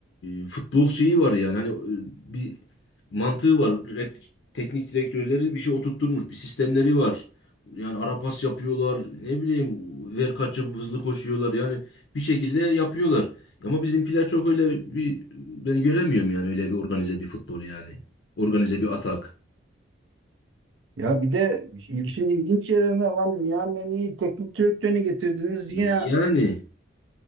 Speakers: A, on the left (about 65°); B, on the right (about 75°).
A: e, futbol şeyi var yani. Hani e, bir mantığı var. Re- Teknik direktörleri bir şey oturtturmuş. Bir sistemleri var. Yani ara pas yapıyorlar. Ne bileyim ver kaç yapıp hızlı koşuyorlar. Yani bir şekilde yapıyorlar. Ama bizimkiler çok öyle bir ben göremiyorum yani öyle bir organize bir futbol yani. Organize bir atak.
B: Ya bir de işin ilginç yerine lan dünyanın en iyi teknik direktörünü getirdiniz.
A: Yani
B: Yine